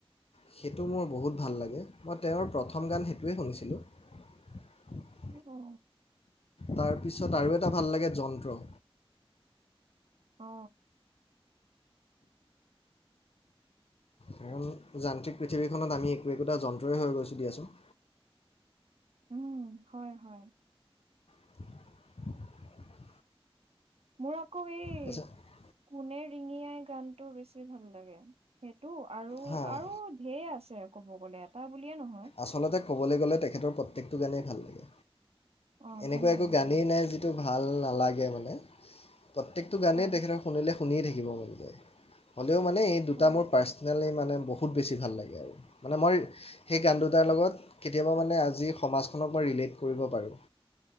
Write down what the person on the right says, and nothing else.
আহ।
অ।
উম হয় হয়।
মোৰ আকৌ এই
কোনে ৰিঙিয়াই গানটো বেছি ভাল লাগে। সেইটো আৰু
আৰু ঢেৰ আছে ক'ব গ'লে এটা বুলিয়ে নহয়।
অ',
ভাল লাগে
ভাল
লাগে
হয়
হয়
হয়।